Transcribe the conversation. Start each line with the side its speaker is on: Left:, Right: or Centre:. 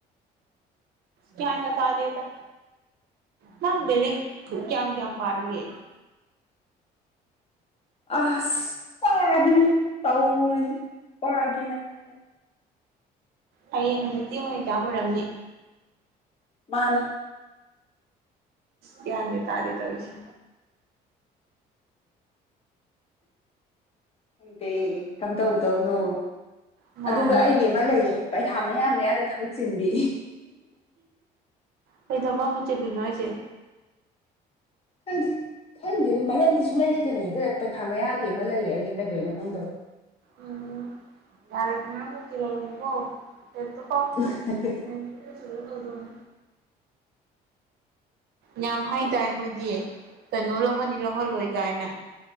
Right: ꯀꯌꯥꯟꯒ ꯇꯥꯗꯦꯗ ꯈꯪꯗꯦꯅꯦ ꯀꯌꯥꯝ ꯀꯌꯥꯝ ꯄꯥꯔꯒꯦ
Left: ꯑꯁ ꯄꯥꯗ꯭ꯔꯤꯗ ꯇꯧꯔꯤꯁꯦ ꯄꯥꯒꯦꯅ ꯈꯟꯕꯅꯦ
Right: ꯍꯌꯦꯡ ꯍꯧꯖꯤꯛꯇꯤ ꯃꯨꯛꯇꯤ ꯑꯦꯛꯖꯥꯝ ꯑꯣꯢꯔꯝꯅꯤ
Left: ꯃꯥꯅꯦ
Right: ꯀꯌꯥꯟꯒ ꯇꯥꯔꯦ ꯇꯧꯔꯤꯁꯦ
Left: ꯈꯪꯗꯦ ꯀꯝꯗꯧꯗꯧꯅꯣ
Right: ꯃꯥꯅꯦ
Left: ꯑꯗꯨꯒ ꯑꯩꯒꯤ ꯑꯃ ꯂꯩꯌꯦ ꯄꯩꯈꯥ ꯃꯌꯥ ꯃꯌꯥꯗ ꯊꯕꯛ ꯆꯤꯟꯕꯤ
Right: ꯀꯩ ꯊꯕꯛꯅꯣ ꯆꯤꯟꯂꯤ ꯍꯥꯢꯁꯤ
Left: ꯈꯪꯗꯦ ꯈꯪꯗꯦ ꯑꯗ ꯃꯔꯝꯗꯤ ꯁꯨꯡꯂꯩ ꯂꯩꯇꯅ ꯁꯤꯗ ꯄꯩꯈꯥ ꯃꯌꯥꯒꯤ ꯑꯃ ꯂꯩꯌꯦ ꯑꯩꯒꯤ ꯀꯩꯗꯧꯅꯣ ꯈꯪꯗꯕ
Right: ꯎꯝ ꯌꯥꯔꯦ ꯊꯅꯖꯤꯤ ꯂ ꯀꯣ ꯐꯣ ꯀꯥꯎ
Left: <inaudible>
Right: <inaudible> ꯃ <inaudible> ꯌꯥꯝ ꯍꯥꯏ ꯇꯥꯏ ꯃꯣꯏꯗꯤ ꯀꯩꯅꯣ ꯂꯧꯍꯅꯤ ꯂꯧꯍꯜꯂꯣꯏ ꯀꯥꯏꯅ